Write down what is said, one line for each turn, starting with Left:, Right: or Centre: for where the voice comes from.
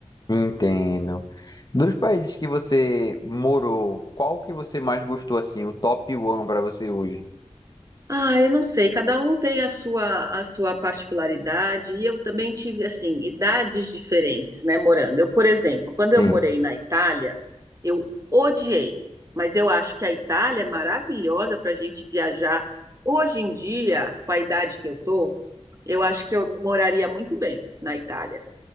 Left: entendo. Dos países que você morou, qual que você mais gostou assim, o top one pra você hoje?
Right: Ah, eu não sei, cada um tem a sua, a sua particularidade, e eu também tive, assim, idades diferentes, né, morando. Eu, por exemplo, quando eu
Left: Sim,
Right: morei na Itália, eu odiei, mas eu acho que a Itália é maravilhosa para a gente viajar. Hoje em dia, com a idade que eu tô, eu acho que eu moraria muito bem na Itália.